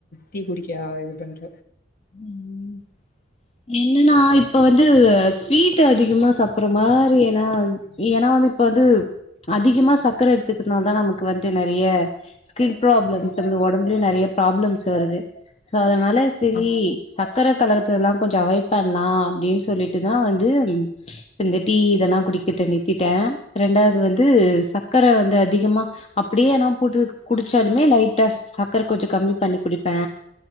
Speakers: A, on the left; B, on the left.
A: டீ குடிக்க இது பண்ற
B: ம் என்னன்னா இப்ப வந்து ஸ்வீ ட்டு அதிகமா சாப்பட்ற மாரி ஏன்னா ஏன்னா வந்து இப்ப வந்து அதிகமா சக்கர எடுத்துக்கறனாலதா நமக்கு வந்து நெறைய ஸ்கின் ப்ராப்ளம்ஸ்
A: ம்
B: வந்து ஒடம்புலயு நெறைய ப்ராப்ளம்ஸ் வருது சோ அதனால செரி
A: ஆ.
B: சக்கர கலக்கறத்தெல்லா அவாய்ட் பண்லா அப்டின்னு சொல்லிட்டுதா வந்து ம் இப்ப இந்த டீ இதெல்லா குடிக்கிறத நிறுத்திட்டே ரெண்டாவது வந்து சக்கர வந்து அதிகமா அப்பிடியே ஆனா குடு குடிச்சாலுமே லைட்டா சக்கர கொஞ்ச கம்மி பண்ணி குடிப்பே